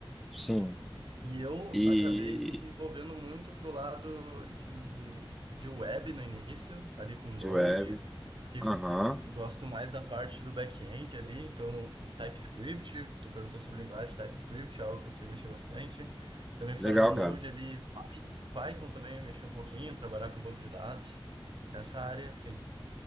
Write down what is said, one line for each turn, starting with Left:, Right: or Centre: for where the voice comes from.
Centre: sim.
Right: E eu
Centre: E
Right: acabei me envolvendo muito pro lado de, de web no início, ali com Node.
Centre: de web.
Right: Fiquei,
Centre: Aham,
Right: gosto mais da parte do back-end ali, então TypeScript, tu perguntou sobre linguagem, TypeScript é algo que eu sei mexer bastante. Também
Centre: legal,
Right: fora do Node
Centre: cara.
Right: ali, Python também mexi um pouquinho, trabalhar com banco de dados. Essa área, sim.